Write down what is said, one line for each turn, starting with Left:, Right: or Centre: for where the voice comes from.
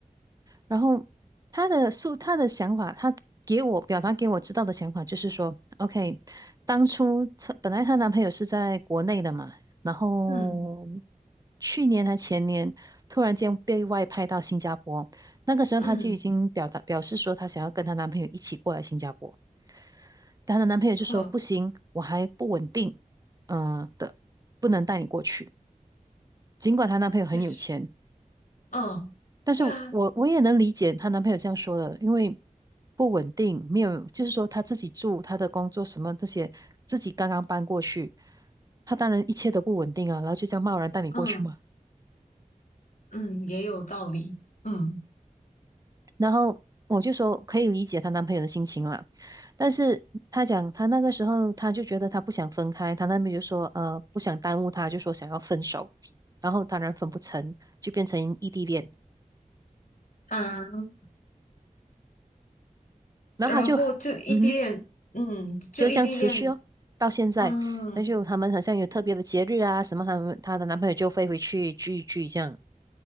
Right: 然后她的诉她的想法，她给我表达给我知道的想法就是说，OK，当初她本来她男朋友是在国内的嘛，然后
Left: 嗯
Right: 去年还前年突然间被外派到新加坡，那个时候她就已经表达表示说她想要跟她男朋友一起过来新加坡，
Left: 嗯，
Right: 但她的男朋友就说不行，
Left: 呃，
Right: 我还不稳定，嗯、的，不能带你过去。尽管她男朋友很有钱，
Left: 可是嗯，
Right: 但是我我也能理解她男朋友这样说的，
Left: 对啊，
Right: 因为不稳定，没有，就是说她自己住，她的工作什么这些，自己刚刚搬过去，她当然一切都不稳定啊，然后就这样贸然带你过去嘛。
Left: 嗯嗯，也有道理。嗯
Right: 然后我就说可以理解她男朋友的心情啦，但是她讲她那个时候她就觉得她不想分开，她那边就说呃不想耽误她，就说想要分手，然后当然分不成，就变成异地恋，
Left: 嗯，
Right: 然后她就
Left: 然后就异地恋，
Right: 嗯哼。
Left: 嗯，就异地恋，
Right: 就这样持续哦，到现在，
Left: 嗯
Right: 那就他们好像有特别的节日啊什么，他们她的男朋友就飞回去聚一聚这样，